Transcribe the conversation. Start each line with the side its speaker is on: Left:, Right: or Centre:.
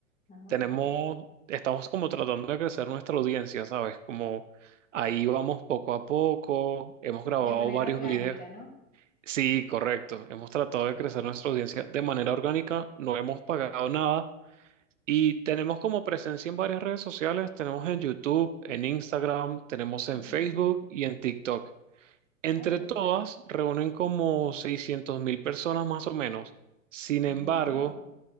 Left: ah,
Right: tenemos,
Left: ok.
Right: estamos como tratando de crecer nuestra audiencia, ¿sabes? Como ahí vamos poco a poco, hemos grabado
Left: De manera
Right: varios
Left: orgánica,
Right: videos.
Left: ¿no?
Right: Sí, correcto, hemos tratado de
Left: Buenísimo.
Right: crecer nuestra audiencia de manera orgánica, no hemos pagado nada y tenemos como presencia en varias redes sociales, tenemos en YouTube, en Instagram, tenemos
Left: Buenísimo.
Right: en Facebook y en TikTok. Entre
Left: Ay, ¿qué
Right: todas
Left: tal?
Right: reúnen como seiscientos mil personas más o menos. Sin embargo,
Left: Wow,